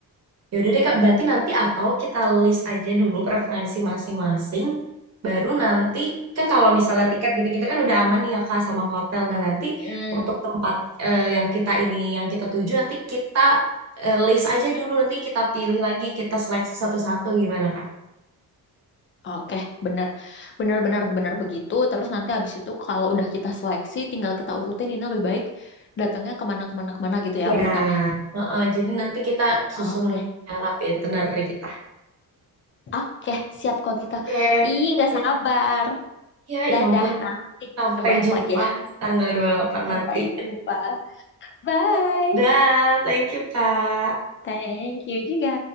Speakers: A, on the right (about 45°); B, on the left (about 35°).
A: Ya udah deh Kak, berarti nanti atau kita list aja dulu preferensi masing-masing, baru nanti kan kalau misalnya tiket gitu-gitu kan udah aman nih ya Kak sama hotel. Nah nanti
B: Hmm.
A: untuk tempat eh, yang kita ini yang kita tuju nanti kita eh, list aja dulu nanti kita pilih lagi kita seleksi satu-satu gimana Kak?
B: Oke, bener, bener, bener, bener begitu. Terus nanti habis itu kalau udah kita seleksi, tinggal kita urutin ini lebih baik datangnya kemana-kemana kemana kemana, kemana gitu ya
A: Ya,
B: urutannya.
A: Heeh, jadi nanti kita susun
B: Oke.
A: yang rapi itinerary kita.
B: Oke, siap kalau gitu.
A: oke.
B: Ih, nggak
A: Biar-
B: sabar.
A: Ya,
B: Dadah,
A: ya ampun,
B: nanti
A: sampai
B: kita bahas
A: jumpa
B: lagi ya.
A: tanggal 28
B: Sampai
A: nanti.
B: jumpa. Bye.
A: <laughs> Dah, thank you Kak.
B: Thank you juga.